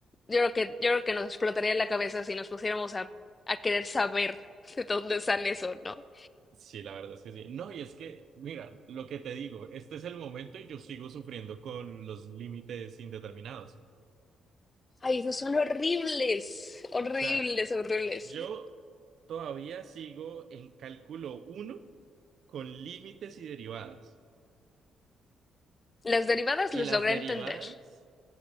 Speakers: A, on the left (about 25°); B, on the right (about 65°).
A: yo creo que, yo creo que nos explotaría la cabeza si nos pusiéramos a, a querer saber de dónde sale eso, ¿no?
B: Sí, la verdad es que sí. No, y es que, mira, lo que te digo, este es el momento y yo sigo sufriendo con los límites indeterminados. O
A: Ay, esos son horribles, horribles,
B: sea,
A: horribles.
B: yo todavía sigo en cálculo uno con límites y derivadas.
A: Las derivadas
B: Y
A: les
B: las
A: logré
B: derivadas.
A: entender.